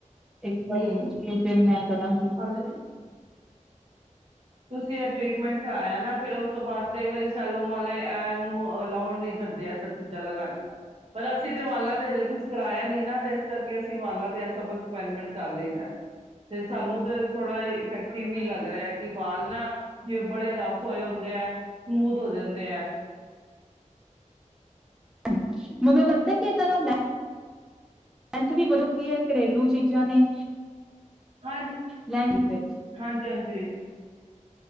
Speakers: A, in the centre; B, on the right.
A: ਇੱਕ
B: ਹਮ
A: ਵਾਰੀ ਪੁੱਛ ਕੇ ਫਿਰ ਮੈਂ ਕਰਾਂਗੀ
B: ਹਾਂਜੀ ਤੁਸੀਂ ਇਹ ਟਰੀਟਮੈਂਟ ਕਰਾਇਆ ਨਾ, ਫਿਰ ਉਸ ਤੋਂ ਬਾਅਦ ਕਈ ਵਾਰੀ ਸੈਲੋਨ ਵਾਲੇ ਐਨੋ ਅਲਾਉਡ ਨੀ ਕਰਦੇ ਸਭ ਚੀਜ਼ਾਂ ਲਗਾਨੀਆਂ, ਪਰ ਅਸੀਂ ਤੇ ਵਾਲਾਂ ਤੇ ਅਜੇ ਕੁਛ ਕਰਾਇਆ ਨੀ ਨਾ ਤੇ ਇਸ ਕਰਕੇ ਅਸੀਂ ਵਾਲਾਂ ਤੇ ਇਹ ਸਭ ਐਕਸਪੈਰੀਮੈਂਟ ਕਰ ਲਈਦਾ, ਤੇ ਸਾਨੂੰ ਤੇ ਥੋੜਾ ਇਫੈਕਟਿਵ ਵੀ ਲੱਗ ਰਿਹਾ। ਕਿ ਵਾਲ ਨਾ ਜਿਵੇਂ ਬੜੇ ਰਫ ਹੋਏ ਹੁੰਦੇ ਹੈ, ਸਮੂਥ ਹੋ ਜਾਂਦੇ ਹੈ।
A: ਹੂੰ, ਮੈਨੂੰ ਲੱਗਦਾ ਕਿ ਇਹਨਾਂ ਨਾਲ ਐਂਥ ਵੀ ਵਧੋਂ ਕੀ ਹੈ। ਘਰੇਲੂ ਚੀਜ਼ਾਂ ਨੇ,
B: ਹਾਂ
A: ਲੈਂਦੀ ਫਿਰ
B: ਹਾਂਜੀ-ਹਾਂਜੀ,